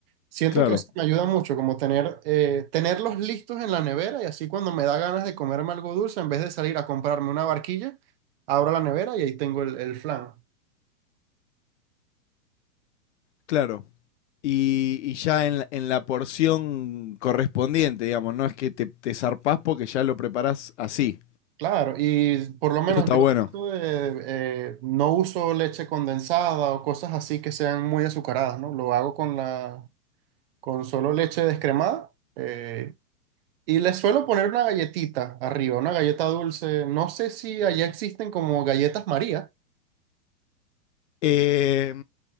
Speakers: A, on the right; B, on the left.
A: Siento
B: Claro.
A: que eso me ayuda mucho, como tener, eh, tenerlos listos en la nevera y así cuando me da ganas de comerme algo dulce, en vez de salir a comprarme una barquilla, abro la nevera y ahí tengo el, el flan.
B: claro. Y, y ya en, la- en la porción correspondiente, digamos, no es que te, te zarpás porque ya lo preparás así.
A: Claro, y por lo menos
B: Eso está
A: yo
B: bueno.
A: trato de, eh, no uso leche condensada o cosas así que sean muy azucaradas, ¿no? Lo hago con la, con solo leche descremada, eh, y le suelo poner una galletita arriba, una galleta dulce. No sé si allá existen como galletas María.
B: Eh,